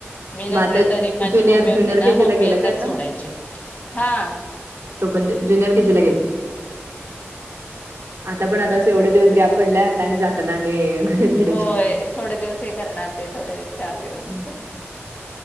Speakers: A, on the left (about 40°); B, on the right (about 80°).
A: मी नसलेे
B: मग आता
A: त तरी माझी
B: ज्युनियर
A: मम्मी होती
B: ज्युनियर
A: ना
B: के जी
A: मग
B: ला
A: मी
B: गेला
A: इथच
B: काय आता
A: सोडायची हा......
B: ण जुनियर केजी ला गेला आता पण आता एवढ दिवस गॅप पडल्या जात जाताना आणि.. गणित धडे
A: होय
B: ची
A: थोडे दिवस हे करणार ते थोडे चार दिवस
B: हम्म